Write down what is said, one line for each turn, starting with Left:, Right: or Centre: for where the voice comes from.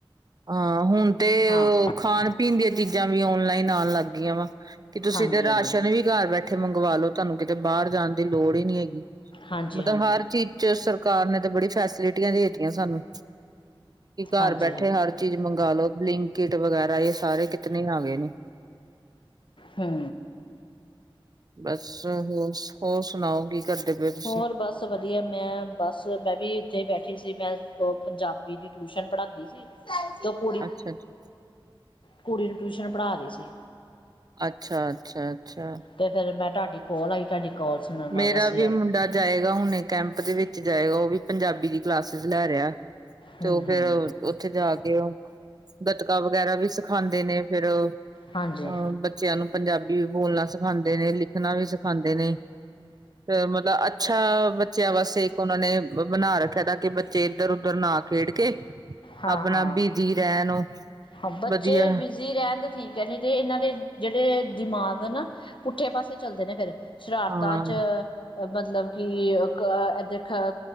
Right: ਹਾਂ ਹੁਣ ਤੇ
Left: ਹਾਂ
Right: ਉਹ ਖਾਣ ਪੀਣ ਦੀਆਂ ਚੀਜ਼ਾਂ ਜਾਂ ਵੀ ਔਨਲਾਈਨ ਆਉਣ ਲੱਗ ਗਈਆਂ ਵਾ ਕਿ ਤੁਸੀਂ
Left: ਹਾਂਜੀ
Right: ਤੇ ਰਾਸ਼ਨ
Left: ਹਾਂਜੀ
Right: ਵੀ ਘਰ ਬੈਠੇ ਇੱਥੇ ਮੰਗਵਾ ਲੋ ਤੁਹਾਨੂੰ ਕਿਤੇ ਬਾਹਰ ਜਾਣ ਦੀ ਲੋੜ ਹੀ ਨਹੀਂ ਹੈਗੀ
Left: ਹਾਂਜੀ
Right: ਮਤਲਬ
Left: ਹਾਂਜੀ
Right: ਹਰ ਚੀਜ਼ ਚ ਸਰ ਸਰਕਾਰ ਨੇ ਤਾਂ ਬੜੀ ਫੈਸਿਲਿਟੀਆਂ ਦੇਤੀਆਂ ਸਾਨੂੰ ਕਿ ਘਰ
Left: ਹਾਂਜੀ
Right: ਬੈਠੇ
Left: ਹਾਂਜੀ
Right: ਹਰ ਚੀਜ਼ ਮੰਗਾਲੋ ਬਲਿੰਕ ਕਿਟ ਵਗੈਰਾ ਇਹ ਸਾਰੇ ਕਿਤਨੇ ਆ ਗਏ ਨੇ
Left: ਹੂੰ
Right: ਬਸ ਹੋਰ ਹੋਰ ਸੁਣਾਓ ਕੀ ਕਰਦੇ ਪਏ ਤੁਸੀਂ
Left: ਹੋਰ ਬਸ ਵਧੀਆ ਮੈਂ ਬਸ ਮੈਂ ਵੀ ਉੱਥੇ ਬੈਠੀ ਸੀ ਮੈਂ ਉਹ ਪੰਜਾਬੀ ਦੀ ਟਿਊਸ਼ਨ ਪੜ੍ਹਾਂਦੀ ਸੀ ਉਹ ਕੁੜੀ
Right: ਅੱਛਾ ਅੱਛਾ
Left: ਕੁੜੀ ਨੂੰ ਟਿਊਸ਼ਨ ਪੜ੍ਹਾ ਰਹੀ ਸੀ
Right: ਅੱਛਾ ਅੱਛਾ ਅੱਛਾ
Left: ਤੇ ਫੇਰ ਮੈਂ ਤੁਹਾਂਡਾ ਕਾਲ ਆਈ ਤੁਹਾਡੀ ਕੋਲ ਸੁਣਨ
Right: ਮੇਰਾ
Left: ਵਾਸਤੇ
Right: ਵੀ
Left: ਆ
Right: ਮੁੰਡਾ
Left: ਗਈ
Right: ਜਾਏਗਾ ਹੁਣੇ ਕੈਂਪ ਦੇ ਵਿੱਚ ਜਾਏਗਾ ਉਹ ਵੀ ਪੰਜਾਬੀ ਦੀ ਕਲਾਸਿਸ ਲੈ ਰਿਹਾ ਤੇ
Left: ਹਮ
Right: ਉਹ ਫੇਰ
Left: ਹਮ
Right: ਉੱਥੇ ਜਾ ਕੇ ਉਹ ਗਤਕਾ ਵਗੈਰਾ ਵੀ ਸਿਖਾਂਦੇ ਨੇ ਫੇਰ ਹਾਂ
Left: ਹਾਂਜੀ
Right: ਬੱਚਿਆਂ ਨੂੰ ਪੰਜਾਬੀ ਵੀ ਬੋਲਣਾ ਸਿਖਾਂਦੇ ਨੇ ਲਿਖਣਾ ਵੀ ਸਿਖਾਂਦੇ ਨੇ ਤੇ ਮਤਲਬ ਅੱਛਾ ਬੱਚਿਆਂ ਵਾਸਤੇ ਇੱਕ ਉਹਨਾਂ ਨੇ ਬਣਾ ਰੱਖਿਆ ਤਾਂ ਕਿ ਬੱਚੇ ਇੱਧਰ ਉਧਰ ਨਾ ਖੇਡ ਕੇ
Left: ਹਾਂ
Right: ਆਪਣਾ
Left: ਹਾਂ
Right: ਬਿਜੀ ਰਹਿਣ ਉਹ
Left: ਹਾਂ ਬੱਚੇ
Right: ਵਧੀਆ
Left: ਬਿਜੀ ਰਹਿਣ ਦੇ ਠੀਕ ਹੈ ਨਹੀਂ ਤੇ ਇਹਨਾਂ ਦੇ ਜਿਹੜੇ ਦਿਮਾਗ ਨਾ ਪੁੱਠੇ ਪਾਸੇ ਚੱਲਦੇ ਨੇ ਫੇਰ ਸ਼ਰਾਰਤਾਂ
Right: ਹਾਂ
Left: ਚ ਮਤਲਬ ਕਿ ਇਹ ਦੇਖ